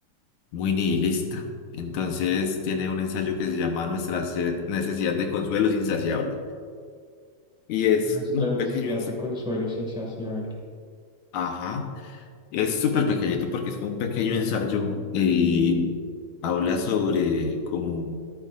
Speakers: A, on the left (about 80°); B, in the centre.
A: muy nihilista. Entonces tiene un ensayo que se llama Nuestra se- necesidad de consuelo es insaciable. Y
B: <clears throat>
A: es
B: Nuestra
A: como un
B: necesidad
A: pequeño ensayo,
B: de consuelo es insaciable.
A: ajá, es súper pequeñito porque es como un pequeño ensayo y habla sobre como